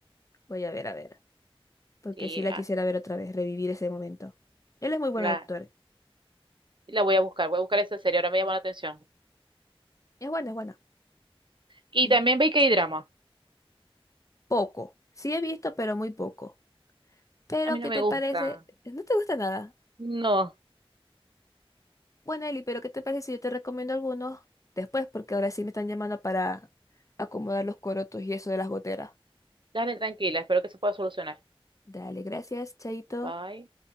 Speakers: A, on the left; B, on the right.
A: Voy a ver, a ver. Porque
B: Y
A: sí la
B: ah,
A: quisiera ver otra vez, revivir ese momento. Él es muy buen
B: la,
A: actor
B: la voy a buscar, voy a buscar esa serie, ahora me llamó la atención.
A: Es buena, es buena.
B: Y
A: Y
B: también ve que hay drama.
A: poco. Sí he visto, pero muy poco. Pero,
B: A mí no
A: ¿qué
B: me
A: te
B: gusta.
A: parece? No te gusta nada.
B: No,
A: Bueno, Eli, pero ¿qué te parece si yo te recomiendo algunos después? Porque ahora sí me están llamando para acomodar los corotos y eso de las goteras.
B: dale tranquila, espero que se pueda solucionar.
A: Dale, gracias, Chaito.
B: Bye.